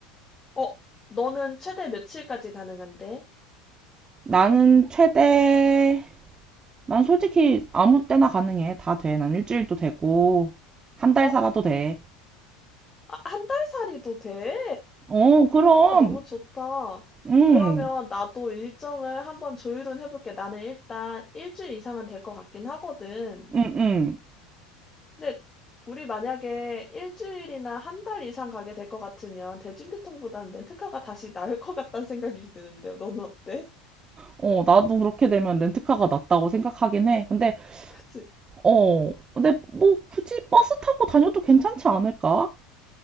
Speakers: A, on the left (about 20°); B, on the right (about 25°).
A: 어, 너는 최대 며칠까지 가능한데?
B: 나는 최대, 난 솔직히 아무 때나 가능해. 다 돼. 난 일주일도 되고, 한 달
A: 어,
B: 살아도 돼.
A: 아, 한 달 살이도 돼?
B: 어, 그럼,
A: 와 너무 좋다.
B: 응,
A: 그러면 나도 일정을 한번 조율은 해볼게. 나는 일단 일주일 이상은 될 것 같긴 하거든.
B: 응, 응.
A: 근데 우리 만약에 일주일이나 한 달 이상 가게 될 것 같으면 대중교통보다는 렌트카가 다시 나을 것 같다는 생각이 드는데요. 너는 어때?
B: 어, 나도 그렇게 되면 렌트카가 낫다고 생각하긴 해. 근데,
A: <laughs> 그치?
B: 어, 근데 뭐 굳이 버스 타고 다녀도 괜찮지 않을까?